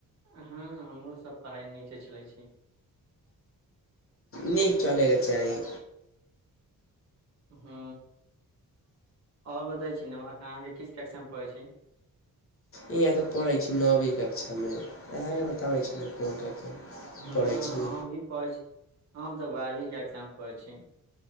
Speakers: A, on the right (about 55°); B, on the left (about 40°).
A: हँ हमरो सभ पढ़ाइ नीकसँ चलै छै।
B: नीक चल के छैइ।
A: ह्म आओर बतै छी ने अहाँके किस टेक्शन पड़ै छै।
B: ई एत पढ़ै छी नबे कक्षा में। बताबै छी कोन
A: हँ
B: पढ़ै छी
A: हम ई कहीं छी हम तऽ बारवी में पढ़ाई छि।